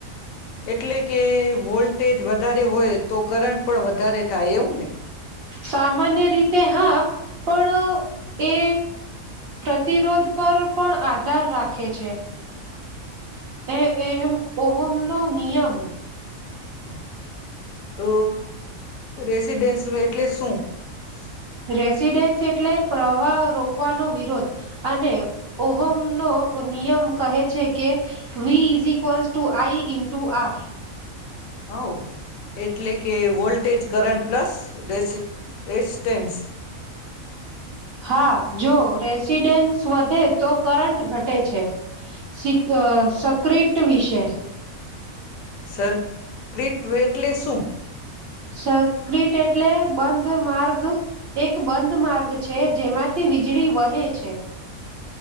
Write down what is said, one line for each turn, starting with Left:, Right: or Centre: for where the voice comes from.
Left: એટલે કે વોલ્ ટેજ વધારે હોય તો કરંટ પણ વધારે થાય, એવું ને?
Right: સામાન્ય રીતે હા પણ એ પ્રતિરોધ પર પણ આધાર રાખે છે. એ એહમ ઓહોમનો નિયમ.
Left: ઓહ તો રેસીડેન્સમ એટલે શું? સ્ટ
Right: રેસીડેન્સ એટલે પ્રવાહ રોકવાનો વિરોધ અને ઓહમનો નિયમ કહે છે કે V is equals to I into R.
Left: હવ એટલે કે વોલ્ટેજ કરંટ પ્લસ રેસી રેસ્ટેન્સ.
Right: હા, જો રેસિડેન્સ વધે, તો કરંટ ઘટે છે. સીક અ સક્રિટ વિષે.
Left: સરક્રિટવે એટલે શું?
Right: સક્રિટ એટલે બંધ માર્ગ. એક બંધ માર્ગ છે, જેમાંથી વીજળી વહે છે.